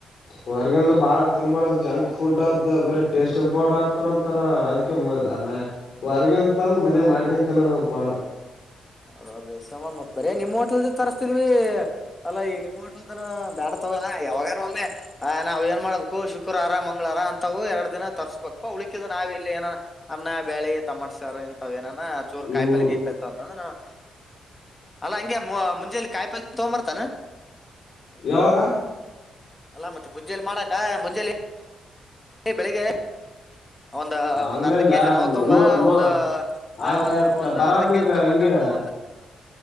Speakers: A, on the left; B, on the left.
A: ಹೊರ್ಗಿಂದು ಬಾಳ ತಿನ್ಬಡ್ದ್ ಜಂಕ್ ಫುಡ್ ಅದ ಬರಿ ಟೇಸ್ಟಿಂಗ್ ಪೌಡರ್ ಹಾಕ್ತರಂತರ ಅದಕ್ಕೆ ೌ ಆ <unintelligible> ಹೊರ್ಗಿನ್ ತಂದ ಮನೆ ಮಾಡ್ಕಂತಿನ್ನೋದ ಪಾಡ.
B: ಅದ ಅದೇ ಬ <unintelligible> ಮತ್ ಬರೆ ನಿಮ್ ಹೋಟ್ಲದೆ ತರ್ಸ್ತಿದ್ವಿ. ಅಲ್ಲಾ ಈ ನಿಮ್ಮ್ <unintelligible> ೋಟದಾರ ಬ್ಯಾಡ ತಗೋನ ಯಾವಾಗ ಒಮ್ಮೆ ನಾವ್ ಏನ್ ಮಾಡ್ಬೇಕು ಶುಕ್ರವಾರ ಮಂಗಳವಾರ ಹಂತವು ಎರಡ ದಿನ ತರ್ಸ್ಬೇಕು <unintelligible> ಅವಳ ನಾವ ಇಲ್ಲಿ ಏನನ ಅನ್ನ ಬ್ಯಾಳಿ ತಮಾಟಿ ಸಾರ ಹಿಂತವ ಏನನ ಚೂರು
A: ಹ್ಮ್
B: ಕಾಯಿಪಲ್ಯಗೀಪಲ್ಯ್ ಎ <unintelligible> ಅಂತ ಅಂದ್ರ ನವು <unintelligible> ಹ ಅಲ್ಲಾ ಹಂಗೆ ಮೂ ಮುಂಜಲಿ ಕಾಯಿಪಲ್ ತೊಂಬರ್ತೇನು.
A: ಯಾವಾಗ.
B: ಅಲ್ಲಾ ಮತ್ತೆ ಮುಂಜೇಲಿ ಮಾಡಾಕ ಮುಂಜೆಲಿ. <unintelligible> ಬೆಳಿಗ್ಗೆ ಒಂದು
A: ಹಂಗಂದ
B: ಒಂದ್ ಅರ್ಧ ಕೆಜಿ ರವ ತೊಂಬ
A: ನೋ ನೋ
B: ಒಂದು
A: ಆಯ್ತಾಯ್ತ
B: ಆ ಒಂದ್
A: ಬರೋದ್ನಾಗ
B: ಅರ್ಧ ಕೆಜಿ ಟಮೋಟ
A: ಹಿಂಗೆ
B: ಹಣ್ಣು ಒಂದು. <inaudible>